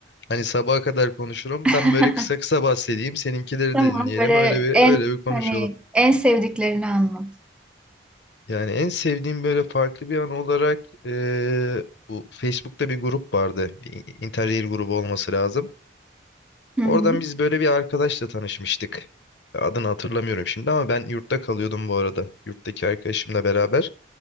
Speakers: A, on the left (about 65°); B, in the centre.
A: hani sabaha kadar konuşurum.
B: <laughs>
A: Ben böyle kısa kısa bahsedeyim. Seninkileri
B: Tamam
A: de dinleyelim.
B: böyle
A: Öyle bir
B: en
A: öyle bir konuşalım.
B: hani en sevdiklerini anlat.
A: Yani en sevdiğim böyle farklı bir an olarak eee, bu Facebook'ta bir grup vardı. Bir Interrail grubu olması lazım.
B: Hı
A: Oradan
B: hı.
A: biz böyle bir arkadaşla tanışmıştık. Adını hatırlamıyorum şimdi ama ben yurtta kalıyordum bu arada. Yurttaki arkadaşımla beraber.